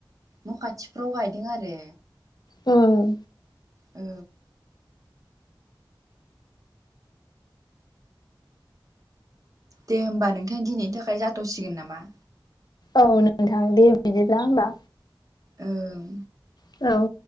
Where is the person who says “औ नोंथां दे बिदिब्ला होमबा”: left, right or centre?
Left